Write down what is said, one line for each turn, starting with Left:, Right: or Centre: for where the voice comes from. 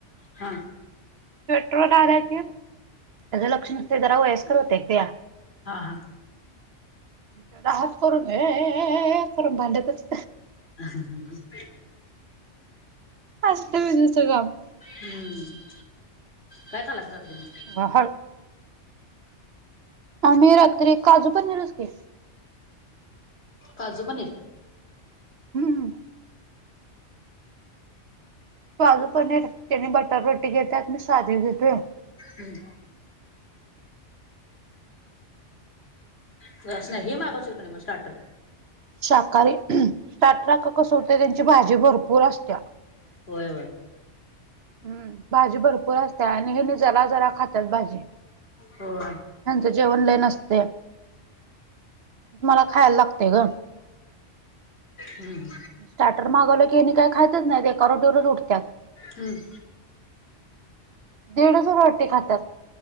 Left: हा
Right: पेट्रोल आला घेऊन त्याचं लक्ष नसतंय, जरा वयस्कर होत्या एक त्या.
Left: हा हां.
Right: असा हात करून, ये ये ये करून भांडतच
Left: हा हा हा होतय.
Right: असतं विजूचं काम
Left: हम्म, काय खाल्लास रात्री मग?
Right: <unintelligible> आम्ही रात्री, काजू पनीरच की.
Left: काजू पनीर?
Right: हम्म. काजु पनीर त्यानी बटर रोटी घेतेत, मी साधी घेतोय.
Left: हम्म स्नॅक्स नाही, हे मागवशील का नाही मग स्टार्टर?
Right: शाकाहारी, स्टार्टर अगं कसं होतंय, त्यांची भाजी भरपूर असत्या.
Left: होय, होय.
Right: हम्म. भाजी भरपूर असत्या आणि हेनी जरा, जरा खात्यात भाजी.
Left: होय.
Right: ह्यांचं जेवण लई नसतय. मला खायाला लागतय गं.
Left: हम्म.
Right: स्टार्टर मागवलं की, हेनी काही खातच नाहीत, एका रोटीवरच उठत्यात.
Left: हम्म.
Right: दीडच रोटी खातात.